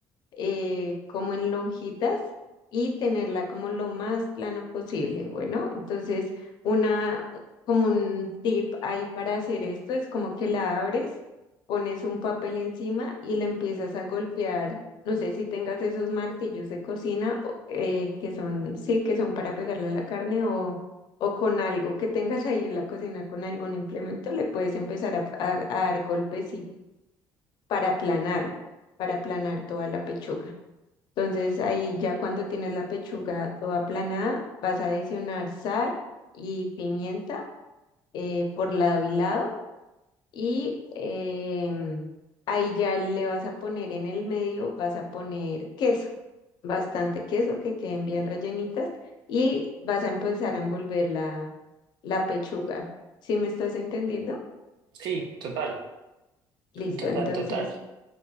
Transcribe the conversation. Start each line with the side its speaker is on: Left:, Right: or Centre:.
Left: eh, como en lonjitas y tenerla como lo más plano posible. Bueno, entonces una, como un tip ahí para hacer esto es como que la abres, pones un papel encima y la empiezas a golpear. No sé si tengas esos martillos de cocina o- eh, que son, sí, que son para pegarle a la carne o, o con algo que tengas ahí en la cocina, con algún implemento, le puedes empezar a, a- a dar golpes y para aplanar, para aplanar toda la pechuga. Entonces ahí ya cuando tienes la pechuga toda aplanada, vas a adicionar sal y pimienta eh, por lado y lado y em, ahí ya le vas a poner en el medio, vas a poner queso, bastante queso que queden bien rellenitas y vas a empezar a envolver la, la pechuga. ¿Sí me estás entendiendo?
Right: Sí, total,
Left: Listo,
Right: total,
Left: entonces...
Right: total.